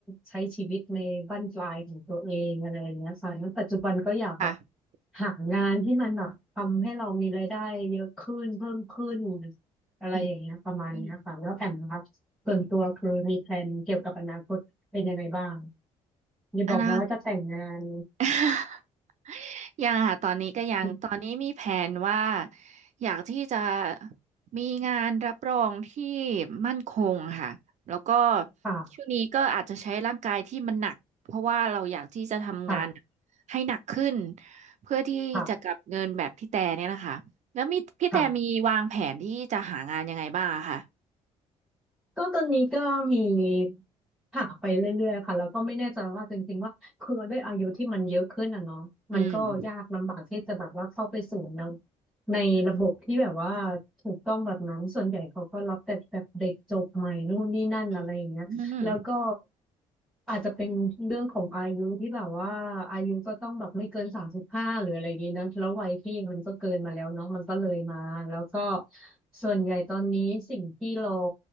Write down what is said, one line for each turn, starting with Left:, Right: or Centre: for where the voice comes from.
Centre: ใช้ชีวิตในบั้นปลายของตัวเองอะไรอย่างเงี้ยค่ะแล้วปัจจุบันก็อยากแบบ
Right: ค่ะ
Centre: หางานที่มันแบบทำให้เรามีรายได้เยอะขึ้นเพิ่มขึ้นอะไรอย่างเงี้ยประมาณเนี้ยค่ะแล้วแอมนะครับส่วนตัวคือมีแพลนเกี่ยวกับอนาคตเป็นยังไงบ้าง
Right: อืมอม
Centre: อย่าบอกนะว่าจะแต่งงาน
Right: อนา <laughs> คต ยังค่ะตอนนี้ก็ยังตอนนี้มีแผนว่า
Centre: <laughs>
Right: อยากที่จะมีงานรับรองที่มั่นคงค่ะแล้วก็
Centre: ค่ะ
Right: ช่วงนี้ก็อาจจะใช้ร่างกายที่มันหนักเพราะว่าเราอยากที่จะทำงาน
Centre: ค่ะ
Right: ให้หนักขึ้นเพื่อที่จะกลับเงินแบบพี่แต่เนี่ยนะคะแล้วมีพี่แต่มีวางแผนที่จะหางานยังไงบ้างอะค่ะ
Centre: ค่ะค่ะ ก็ตอนนี้ก็มีผ่าไปเรื่อยๆค่ะแล้วก็ไม่แน่ใจว่าจริงๆว่าคือด้วยอายุที่มันเยอะขึ้นอ่ะเนาะมันก็ยากลำบากที่จะแบบว่าเข้าไปสู่ใน
Right: อืม
Centre: ในระบบที่แบบว่าถูกต้องแบบนั้นส่วนใหญ่เขาก็รับแต่แบบเด็กจบใหม่นู่นนี่นั่นอะไรอย่างเงี้ย
Right: อืมอืม
Centre: แล้วก็อาจจะเป็นเรื่องของอายุที่แบบว่าอายุก็ต้องแบบไม่เกินสามสิบห้าหรืออะไรอย่างนี้นะแล้ววัยพี่มันก็เกินมาแล้วเนาะมันก็เลยมาแล้วก็ส่วนใหญ่ตอนนี้สิ่งที่เรา